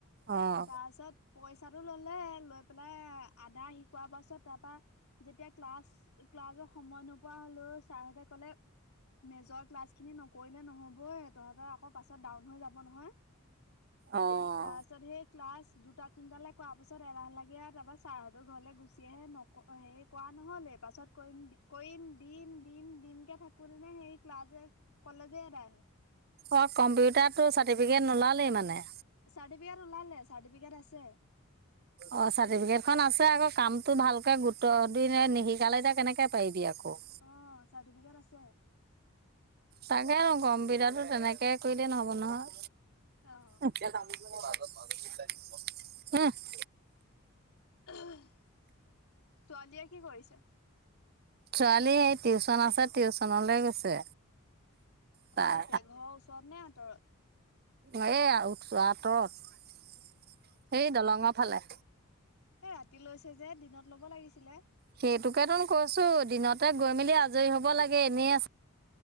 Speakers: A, on the right; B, on the left.
A: অঁ
B: তাৰ পিছত পইচাটো ল'লে লৈ পেলাই আধা শিকোৱাৰ পাছত তাৰ পৰা। যেতিয়া ক্লাছ ক্লাছৰ সময় নোপোৱা হ'লো ছাৰ হতে ক'লে মেজৰ ক্লাছ খিনি ন কৰিলে নহ'ব‌ই তহঁতৰ আকৌ পাছত ডাউন হৈ যাব নহয়
A: অঁ
B: তাৰপাছত সেই ক্লাছ দুটা তিনিটালৈ কৰা পাছত এলাহ লাগে তাৰপা চাৰহতো ঘৰলৈ গুচি আহে ন হেৰি কৰা নহ'লে পাছত কৰিম কৰিম দিম দিম দিমকৈ থাকোঁতেনে সেই ক্লাছ যে কলেজে এদায় হ'ল।
A: অঁ কম্পিউটা তোৰ চাৰ্টিফিকেট নোলালেই মানে?
B: চাৰ্টিফিকেট ওলালে চাৰ্টিফিকেট আছে। <unintelligible>
A: অঁ চাৰ্টিফিকেটখন আছে আকৌ কামটো ভালকৈ গুৰুতৰ দি নিশিকালে এতিয়া কেনেকৈ পাৰিবি আকৌ।
B: অঁ চাৰ্টিফিকেট আছে।
A: তাকেতো কম্পিউটাৰতো তেনেকে কৰিলে নহব নহয়।
B: অঁ
A: <unintelligible>
B: ছোৱালীয়ে কি কৰিছে?
A: ছোৱালী এ টিউচন আছে টিউচনলৈ গৈছে।
B: ক'ত
A: তাই
B: আছে ঘৰৰ ওচৰত নে আঁতৰত?
A: এ উঠ আঁতৰত এই দলঙৰ ফালে।
B: এ ৰাতি লৈছে যে দিনত ল'ব লাগিছিলে।
A: সেইতোকেটো কৈছো দিনতে গৈ মেলি আজৰি হ'ব লাগে এনেই আছে।